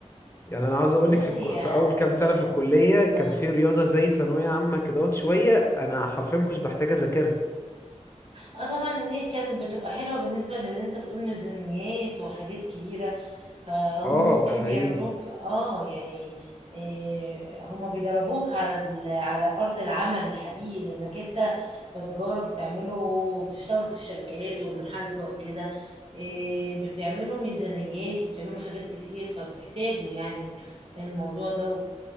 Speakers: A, on the left; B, on the right.
A: يعني انا عاوز اقول
B: لا
A: لك في الكو...
B: هي
A: في اول كام سنة
B: كانت
A: في الكلية كان
B: اه
A: في رياضة زي ثانوية عامة كده اهوت شوية انا حرفيا ما كنتش بحتاج اذاكرها
B: آه طبعا النيل كانت بتبقى حلوة بالنسبة للي انت بتقول ميزانيات وحاجات كبيرة فهم
A: اه
B: ممكن
A: ده حقيقي
B: بيعملوك اه يعني إيه هم بيدربوك على ال- على أرض العمل الحقيقي لأنك انت كتجارة بتعملوا بتشتغلوا في الشركات والمحاسبة وكده إيه بتعملوا ميزانيات وبتعملوا حاجات كتير فبتحتاجوا يعني الموضوع ده